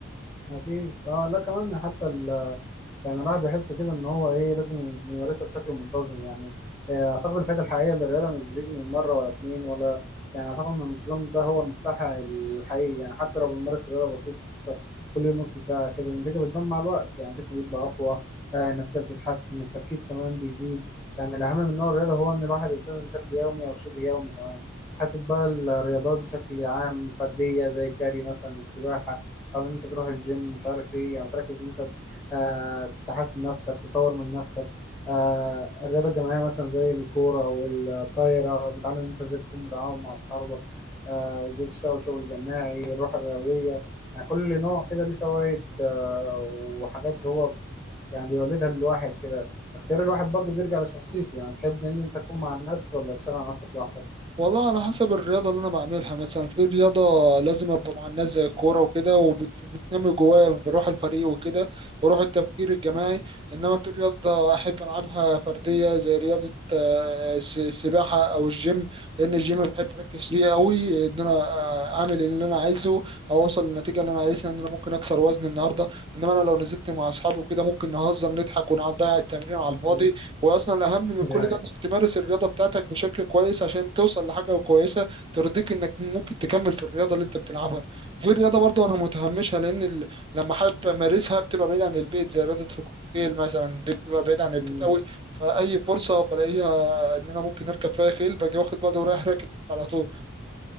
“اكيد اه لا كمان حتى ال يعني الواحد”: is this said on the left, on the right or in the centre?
Centre